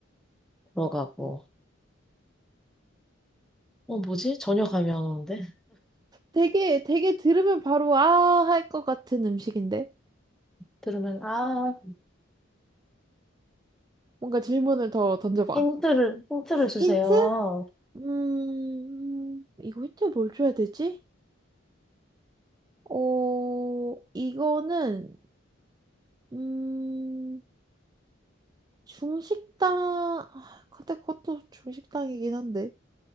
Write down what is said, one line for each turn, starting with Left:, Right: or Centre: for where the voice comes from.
Centre: 들어가고. 어, 뭐지? 전혀 감이 안 오는데?
Right: 되게, 되게 들으면 바로 아, 할 것 같은 음식인데.
Centre: 들으면, 아,
Right: 뭔가 질문을 더 던져봐.
Centre: 힌트를, 힌트를 주세요.
Right: 힌트? 음, 이거 힌트 뭘 줘야 되지? 어, 이거는 음, 중식당, 아, 근데 그것도 중식당이긴 한데,